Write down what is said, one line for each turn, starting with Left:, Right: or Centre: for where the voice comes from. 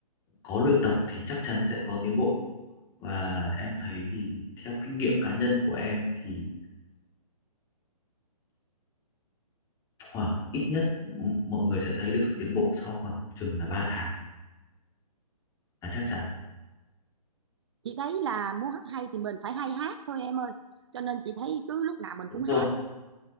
Left: có luyện tập thì chắc chắn sẽ có tiến bộ và em thấy thì theo kinh nghiệm cá nhân của em thì khoảng ít nhất mọi người sẽ thấy được sự tiến bộ sau khoảng chừng là 3 tháng là chắc chắn
Right: Chị thấy là muốn hát hay thì mình phải hay hát thôi em ơi. Cho nên chị thấy cứ lúc nào mình
Left: Đúng
Right: cũng hát
Left: rồi,